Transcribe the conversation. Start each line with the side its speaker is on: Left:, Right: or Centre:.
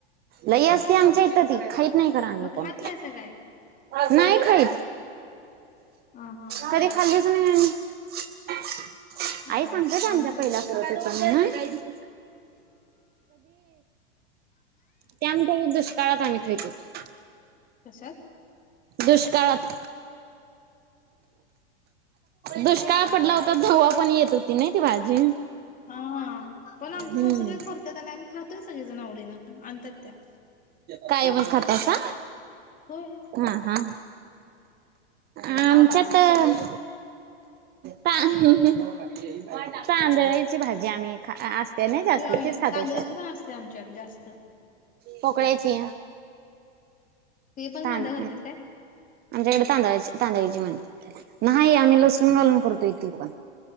Right: लई असते आमच्याैत ती ख नाही खरा आम्ही
Left: मग खात
Right: कोण
Left: नाहीसा काय?
Right: नाही ख
Left: हा हा हा
Right: कधी
Left: हा
Right: खालीच नाही आणि
Left: हा
Right: आई सांगत्या की आमच्या
Left: आमच्यात
Right: पहिल्या करत होत्या म्हणून कधी त्या म्हणत्यात की दुष्काळात आम्ही खात होतो
Left: तशाच
Right: दुष्काळात. दुष्काळ पडला होता तव्हा पण येत होती नय ती भाजी
Left: हा पण आमच्या
Right: हम्म.
Left: सासूबाई करत्यात आणि आम्ही खातोय सगळीजण आवडीनं आणत्यात त्या
Right: कायमच खातासा.
Left: होय.
Right: हा हा आमच्या त ता <inaudible> तांदळेची भाजी आम्ही खा असते नाही जास्ती
Left: होय
Right: तीच खातोय
Left: तांदळची
Right: शक्यतो.
Left: पण असत्या आमच्यात जास्त
Right: पोकळ्याची
Left: ते पण
Right: तांद
Left: कांदा घातल्यात काय
Right: आमच्याकडे तांदळाची तांदळाची म्हणत्यात त्याला नाही आम्ही लसूण घालून करतो ती पण